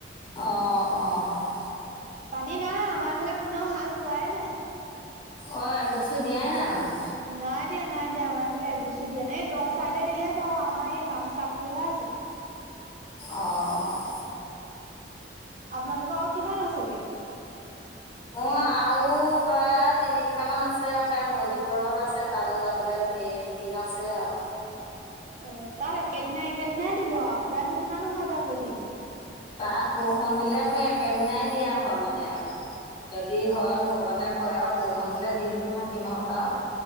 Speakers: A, on the left; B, on the right.
A: অঁ অঁ,
B: পানী নাই। আমাৰ এইফালে কোনেও হাল বোৱাই নাই।
A: অ, এগচো দিয়াই নাই মানে।
B: নাই দিয়া, নাই দিয়া। আমাৰ এইফালে এগোচো দিয়া নাই। এই দ' চাইদে দিলে বাৰু, আমাৰ এই বামচা টোহে আছে।
A: অঁহ।
B: আপোনালোকৰ আৰু কিমান আছেগে?
A: মোৰ আৰু প্ৰায় তিনি বিঘা মান আছে আৰু। সেয়া নৈ ভিতৰত আছে। তালৈ যাবলৈ দি-দিন আছে আৰু।
B: অ, তাত একেদিনাই একেদিনাই দিব আৰু সদায়নো কিমান অহা-যোৱা কৰি থাকিব।
A: তাত বৰষুণ দিলে সেই একেদিনাই দিয়া হয় মানে আৰু। যদি
B: অ
A: হয়, ভগৱানে কয় আৰু বৰষুণ দিলে দিনটো থাকিম আৰু।